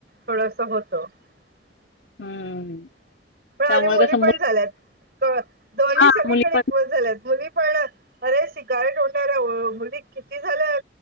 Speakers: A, on the right; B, on the left.
A: थोडस होत <inaudible>
B: हम्म <inaudible>
A: <inaudible> पण आधी
B: त्यामुळे
A: मुली
B: कसं
A: पण झाल्यात दोन्ही
B: हा
A: सगळीकडे
B: मुली पण
A: इक्वल झाल्यात मुली पण अरे सिगारेट होओंडऱ मुली किती झाल्या